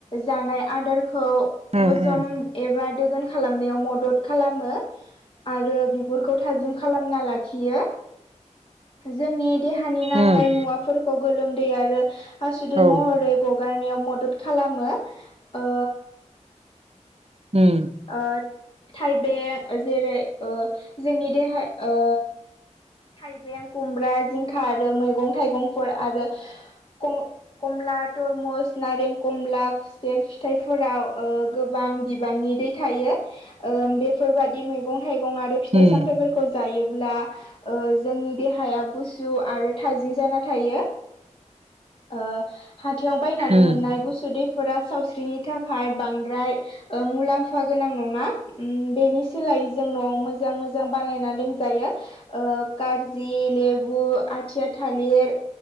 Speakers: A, on the left; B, on the right.
A: जानाय आदारखौ
B: उम
A: हजम
B: उम
A: एबा दोगोन खालामनायाव मदद खालामो आरो बिगुरखौ थाजिम खालामना लाखियो जोंनि देहानि नाङै
B: उम
A: मुवाफोर खौ गोलोमदै आरो आसुदै
B: औ
A: महरै गगारनायाव मदद खालामो ओ
B: हम
A: ओ थाइबें जेरै ओ जोंनि देहा ओ थाइबें खुमब्रा जिंखा आरो मैगं थाइगं फोर आरो ख-खमला तरमुस नारें कमला सेर फिथाइफोराव ओ गोबां बिबांनि दै थायो ओम बेफोरबादि मैगं थाइगं आरो फिथाइ
B: उम
A: सामथाइफोरखौ जायोब्ला जोंनि देहाया गुसु आरो थाजिम जाना थायो ओ हाथायाव बायनानै
B: उम
A: मोननाय गुसु दैफोरा सावस्रिनि थाखाय बांद्राय ओ मुलाम्फा गोनां नङा उम बेनि सोलायै जों न'आव मोजां मोजां बानायना लोंजायो खारजि लेबु आथिया थालिर